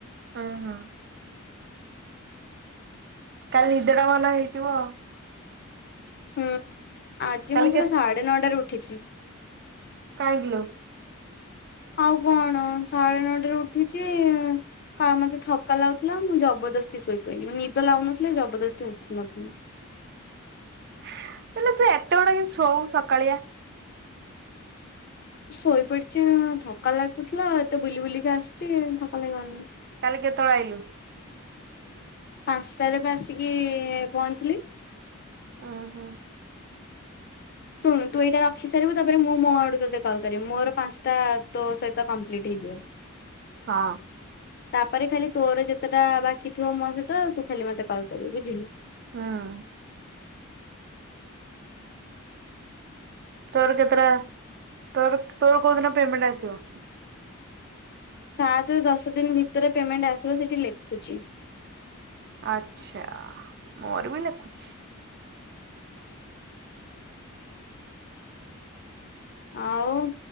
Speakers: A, on the right (about 50°); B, on the left (about 45°).
A: ଓ ହୋ କାଲି ନିଦେଟା ଭଲ ହେଇଥିବ ଆଉ
B: ହୁଁ ଆଜି
A: କାଲି
B: ମୁଁ ପୁରା
A: କେ
B: ସାଢ଼େ ନଅଟାରେ ଉଠିଛି
A: କାହିଁକି ଲୋ
B: ଆଉ କଣ ସାଢେ ନଅଟା ରେ ଉଠିଛି କା ମେଜ ଥକା ଲାଗୁଥିଲା ମୁଁ ଜବରଦସ୍ତି ଶୋଇ ପଡି ନି ନିଦ ଲାଗୁନଥିଲା ଜବରଦସ୍ତି ହେଉଥିଲ ମେ
A: ହେଲେ ସେ ଏତେ ଗଡା କି ଶୋଉ ସକାଳିଆ
B: ଶୋଇପଡିଛି ଉ ଥକା ଲାଗୁଥିଲା ଏତେ ବୁଲି ବୁଲିକି ଆସିଛି ଥକା ଲାଗିବନିଁ ନାଁ
A: କାଲି କେତେବେଳେ ଆଇଲୁ?
B: ପାଞ୍ଚଟାରେ ବା ଆସିକି ପହଞ୍ଚିଲି
A: ଓ ହୋ
B: ଶୁଣୁ ତୁ ଏଇଟା ରଖି ସାରିବୁ ତାପରେ ମୁଁ ମୋ ଆଡୁ ତତେ କଲ କରିବି ମୋର ପାଞ୍ଚଟା ତୋ ସହିତ କମ୍ପ୍ଲିଟ୍ ହେଇଯିବ।
A: ହଁ
B: ତାପରେ ଖାଲି ତୋର ଯେତେଟା ବାକି ଥିବ ମୋ ସହିତ ତୁ ଖାଲି ମତେ କଲ୍ କରିବୁ ବୁଝିଲୁ
A: ହଁ ତୋର କେତେଟା ତୋର ତୋର କୋଉ ଦିନ ପେମେଣ୍ଟ ଆସିବ
B: ସାତ ରୁ ଦଶ ଦିନ ଭିତରେ ପେମେଣ୍ଟ ଆସିବ ସେଠି ଲେଖୁଛି
A: ଆଛା ମୋର ବି ଲେଖୁଛି
B: ଆଉ